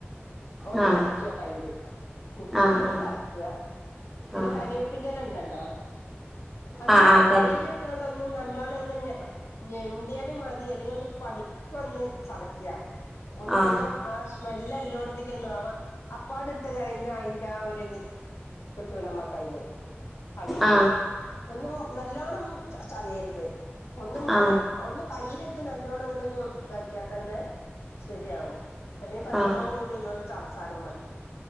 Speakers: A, on the left (about 75°); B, in the centre.
A: ഒന്ന്
B: ആഹ് ആഹ് ആഹ്
A: അടിക്കുക തൈര് മിക്സിൽ
B: ആഹ്
A: ഒന്ന് കറക്കുക പിന്നെ
B: ആഹ്
A: കറിവേപ്പിന്റെ എല്ലാം ഉണ്ട- അ നമ്മ
B: ആഹ് ആഹ് തരും
A: ക ഒ നല്ലോണം ഇ ഞെവിണ്ടിയാലും മതി അല്ലെങ്കിൽ ഒന്ന് പതുക്ക വന്ന് ചതക്കുക ഒന്ന
B: ആഹ്
A: അതിന്റെ ആ സ്മെല് എല്ലോടത്ത ാവാ അപ്പാട് ഇട്ട് കഴിഞ്ഞ അതിന്റെ ആ ഒരി ഇത് കിട്ടൂലമ്മ കയ്യിലേ അവവിൽേ
B: ആഹ്
A: ഒന്നും നല്ലോണ്ണം ചർച്ച ചെയ്യരുത് ഒന്ന് നമ്മള
B: ആഹ് ആഹ്
A: ഒന്ന് കയ്ൽ നല്ലോണ്ണം ഇങ്ങ ഇതാക്കിയാൽ തന്നെ ശരിയാവും അല്ലെങ്ക പച്ചമുളക്
B: ആഹ്
A: കൂട്ടിന്നണ്ട് സ സാലും മര